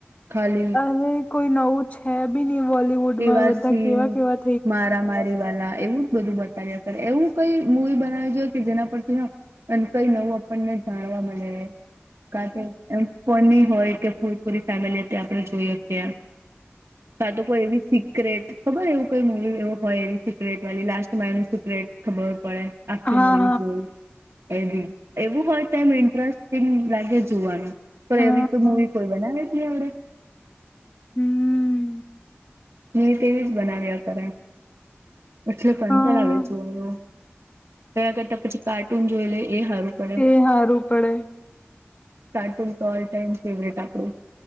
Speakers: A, on the right (about 85°); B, on the left (about 35°).
A: ખાલી
B: અરે કોઈ નવું છે બી નહીં બોલવુડ
A: એવા
B: માં. બધા
A: સીન
B: કેવા-કેવા
A: મારા મારી વાલા, એવું જ બધું બત તાવ્યા કરે. એવું કંઈ મુવી બનાવવી જોઈએ કે જેના પરથી આમ અને કંઈ નવું આપણને જાણવા મલે, કાર કે એમ ફની હોય કે <unintelligible> પૂરી ફેમિલી ત્યાં આપણે જોઈ હકીએ. કાં તો કોઈ એવી સિક્રેટ, ખબર એવું કોઈ મૂવી એવું હોય એવી સિક્રેટ વાલી, લાસ્ટ માં એનું સિક્રેટ ખબર પડે. આખી
B: હા,
A: મૂવી જોઈ. એ બી. એવું હોય તો એમ ઇન્ટરેસ્ટિંગ લાગે જોવાનું. પણ
B: હા,
A: એવી તો
B: હા.
A: મૂવી કોઈ બનાવે જ નહીં હવડે.
B: હમ્મ.
A: ને તેવી જ બનાવ્યા કરે. પછી કંટાળો
B: હા,
A: આવે જોવાનો. એના કરતા પછી કાર્ટૂન જોઈ લેઈ એ હારું. પડે
B: તે હારું પડે.
A: કાર્ટૂન તો ઓલ ટાઈમ ફેવરેટ આપડું.